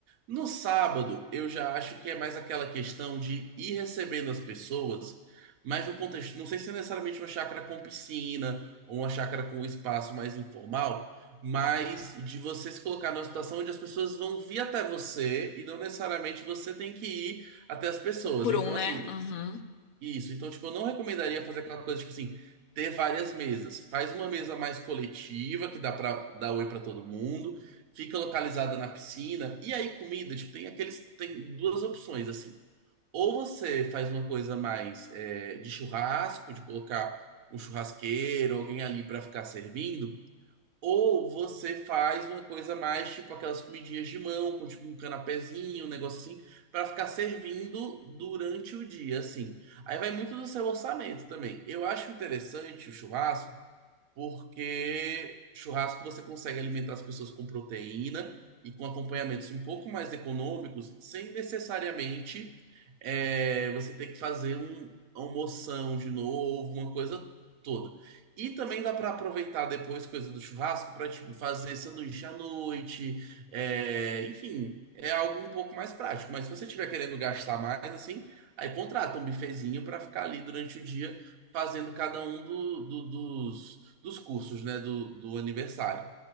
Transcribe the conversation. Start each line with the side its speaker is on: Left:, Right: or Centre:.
Right: No sábado, eu já acho que é mais aquela questão de ir recebendo as pessoas. Mas no contexto, não sei se é necessariamente uma chácara com piscina ou uma chácara com espaço mais informal, mas de você se colocar numa situação onde as pessoas vão vir até você e não necessariamente você tem que ir até as pessoas.
Left: Um por
Right: Então,
Left: um, né?
Right: assim,
Left: Uhum,
Right: isso. Então, tipo, eu não recomendaria fazer aquela coisa, tipo assim, ter várias mesas. Faz uma mesa mais coletiva, que dá pra dar oi pra todo mundo, fica localizada na piscina, e aí comida, tipo, tem aqueles, tem duas opções, assim. Ou você faz uma coisa mais é, de churrasco, de colocar um churrasqueiro, alguém ali para ficar servindo, ou você faz uma coisa mais tipo aquelas comidinhas de mão, com tipo um canapézinho, um negócio assim, para ficar servindo durante o dia, assim. Aí vai muito do seu orçamento também. Eu acho interessante o churrasco porque churrasco você consegue alimentar as pessoas com proteína e com acompanhamentos um pouco mais econômicos, sem necessariamente é, você ter que fazer um, uma moção de novo, uma coisa toda. E também dá para aproveitar depois coisa do churrasco para tipo fazer sanduíche à noite, é, enfim, é algo um pouco mais prático. Mas se você estiver querendo gastar mais assim, aí contrata um bifezinho para ficar ali durante o dia fazendo cada um do- do- dos dos cursos, né, do, do aniversário.